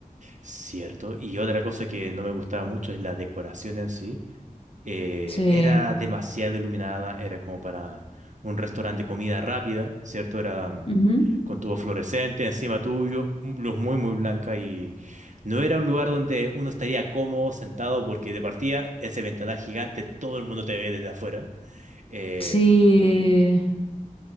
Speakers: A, on the right; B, on the left.
A: Cierto. Y otra cosa que no me gustaba mucho es la decoración en sí. eh,
B: Sí.
A: era demasiado iluminada, era como para un restaurante de comida rápida, ¿cierto? Era mm,
B: ujú,
A: con tubo fluorescente encima tuyo, mm, luz muy, muy blanca y no era un lugar donde uno estaría cómodo sentado porque de partida ese ventanal gigante, todo el mundo te ve desde afuera. Eh,
B: Sí,